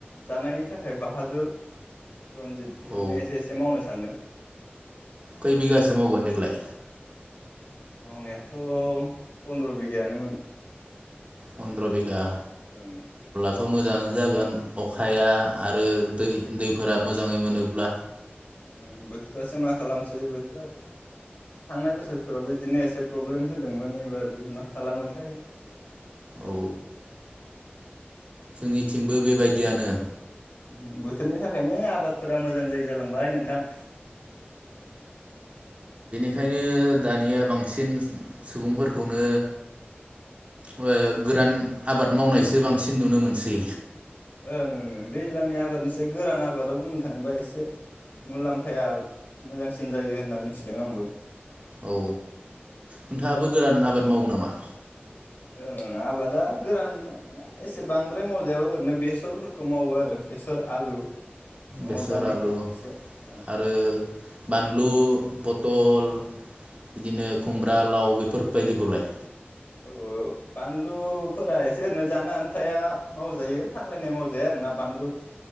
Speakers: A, on the left; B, on the right.
A: जानायनि थाखाय बाहादुर रनजित बेखौनो
B: औ
A: एसे एसे मावनो सानदों।
B: खै बिगासो मावगोन देग्लाय?
A: मावनायाथ' पन्द्र' बिगायानोमोन।
B: पन्द्र' बिगा
A: ओं
B: थ' मोजाङानो जागोन। अखाया आरो दै दैफोरा मोजाङै मोनोब्ला।
A: ओं बोथोरासो मा खालामसै बोथोराथ' थांनाय बोसोरफोरावबो बिदिनो एसे प्रब्लेम होदोंमोन एबारबो मा खालामोथाय
B: औ जोंनिथिंबो बेबायदियानो
A: उम बोथोरनि थाखायनो आबादफोरा मोजां जायै जालांबाय नोंथां।
B: बेखायनो दानिया बांसिन सुबुंफोरखौनो ओ गोरान आबाद मावनायसो बांसिन नुनो मोनसै।
A: ओं ओं ओं दैज्लांनि आबादनिसाय गोरान आबादाव बुंनो थाङोबा एसे मुलामफाया मोजांसिन जायो होनना मिथिदों आंबो।
B: औ नोंथाङाबो गोरान आबाद मावो नामा?
A: ओं ओं आबादा गोरान एसे बांद्राय मावजायाबो ओरैनो बेसरफोरखौ मावो आरो बेसर आलु न'आव
B: बेसर
A: जानायखौ
B: आलु
A: एसे ओं
B: आरो बानलु पथल बिदिनो
A: ओं
B: खुमब्रा लाव बेफोर बायदिखौलाय
A: औ बानलुफोरा एसे ओरैनो जानो आनथाया मावजायो फानलायनाय मावजाया आरोना बानलु